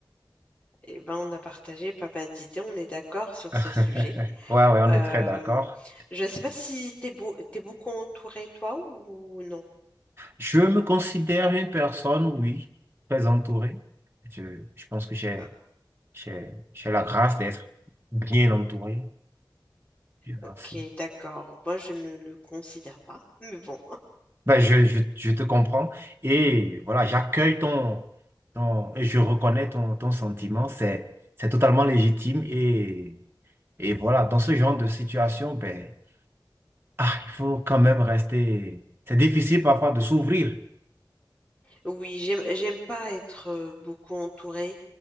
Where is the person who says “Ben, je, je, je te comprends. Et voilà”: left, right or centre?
Right